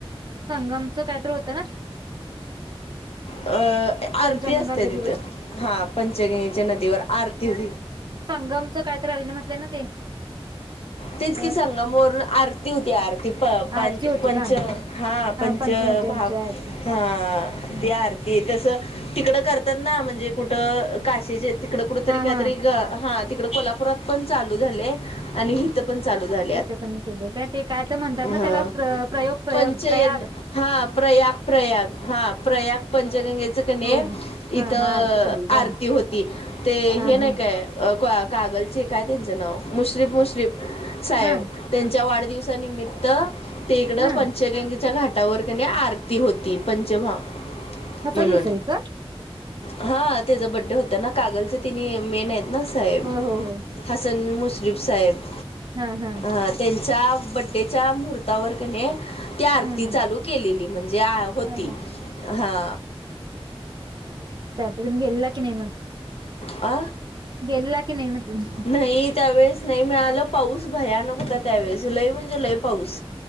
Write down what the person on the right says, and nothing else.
संगमच कायतरं होतं ना.
पंचगंगा
नदीवर
संगमच काय तर आलेलं म्हटलं ना ते.
अ
आरती होती
का
पंचनद्यांची
आरती
हा
हा हा
इथं पण केले काय? ते काय तर म्हणतात ना
त्याला, प्र प्रयोग प्रयोग
प्रयाग.
हो हो हा
हा आरती केली काय
हा
हा
हा
हा
हसन
मुसळी का
हो हो हो
हम्म हम्म
हा हा
हा हा
त्या आरतीला गेलेला की नाय मग?
गेलेला की नाहीे म्हटलं?